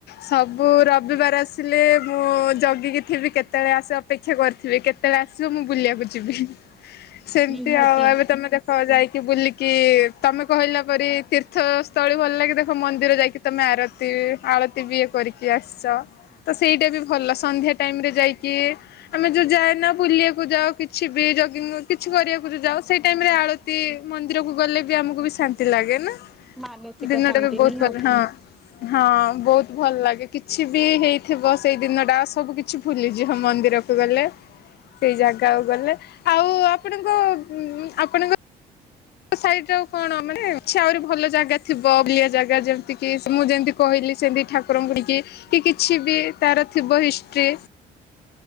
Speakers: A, on the left; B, in the centre.
A: ସବୁ ରବିବାର ଆସିଲେ ମୁଁ ଜଗିକି ଥିବି କେତେବେଳେ ଆସ ଅପେକ୍ଷା କରିଥିବେ କେତେବେଳେ ଆସିବ ମୁଁ ବୁଲିବାକୁ ଯିବି। ସେମତି
B: ନିହାତି
A: ଆଉ ଏବେ ତମେ ଦେଖ ଯାଇକି ବୁଲିକି ତମେ କହିଲା ପରି ତୀର୍ଥସ୍ଥଳୀ ଭଲ ଲାଗେ ଦେଖ ମନ୍ଦିର ଯାଇକି ତମେ ଆରତି ଆଳତି ବି କରିକି ଆସିଛ। ତ ସେଇଟା ବି ଭଲ ସନ୍ଧ୍ୟା ଟାଇମରେ ଯାଇକି ଆମେ ଯୋଉ ଯାଏ ନା ବୁଲିବାକୁ ଯାଉ କିଛି ବି ଜଗି କିଛି କରିବାକୁ ଯାଉ ସେଇ ଟାଇମରେ ଆଳତୀ ମନ୍ଦିରକୁ ଗଲେ ବି ଆମକୁ ବି ଶାନ୍ତି ଲାଗେ ନା।
B: ମାନସିକ
A: ଦିନଟା
B: ଶାନ୍ତି
A: ବି ବହୁତ
B: ନିହାତି।
A: ହଁ ହଁ ବହୁତ ଭଲ ଲାଗେ। କିଛି ବି ହେଇଥିବ ସେଇ ଦିନ ଟା ସବୁ କିଛି ଫୁଲିଛିି ହଁ ମନ୍ଦିରକୁ ଗଲେ। ସେଇ ଜାଗାକୁ ଗଲେ ଆଉ ଆପଣଙ୍କ ଉଁ ଆପଣଙ୍କ ସାଇଡ ଆଉ କଣ ମାନେ କିଛି ଆହୁରି ଭଲ ଜାଗା ଥିବ ବୁଲିଆ ଜାଗା ଯେମିତିକି ମୁଁ ଯେମତି କି କହିଲି ସେମିତି ଠାକୁର ନେକି କିଛି ବି ତାର ଥିବ ହିଷ୍ଟ୍ରି।